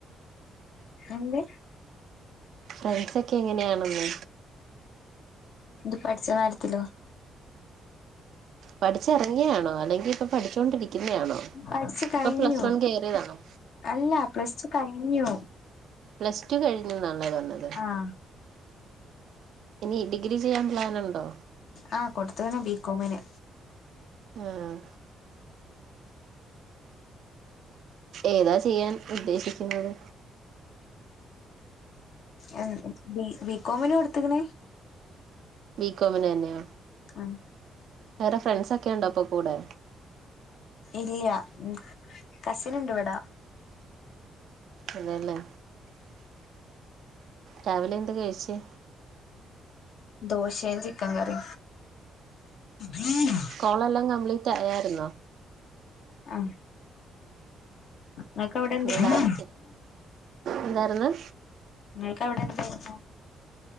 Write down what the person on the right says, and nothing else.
ഫ്രണ്ട്സൊക്കെ എങ്ങനെയാണെന്ന്
പഠിച്ചിറങ്ങിയാണോ അല്ലെങ്കി ഇപ്പൊ പഠിച്ചോണ്ടിരിക്കുന്നയാണോ
ഇപ്പൊ പ്ലസ് വൺ കയറിയതാണോ
പ്ലസ്ടു കഴിഞ്ഞുന്നാലെ പറഞ്ഞത്
ഇനി ഡിഗ്രി ചെയ്യാൻ പ്ലാനുണ്ടോ
ആഹ് ഏതാ ചെയ്യാൻ ഉദ്ദേശിക്കുന്നത്
ബീകോമിനെന്നോ
വേറെ ഫ്രണ്ട്സൊക്കെ ഉണ്ടോ പ്പൊ കൂടെ
അതെല്ലേ? രാവിലെ എന്ത് കഴിച്ചേ?
കോളെല്ലാം കംപ്ലീറ്റ് ആയായിരുന്നോ?
ഇത് ലാസ്റ്റ് എന്തായിരുന്നു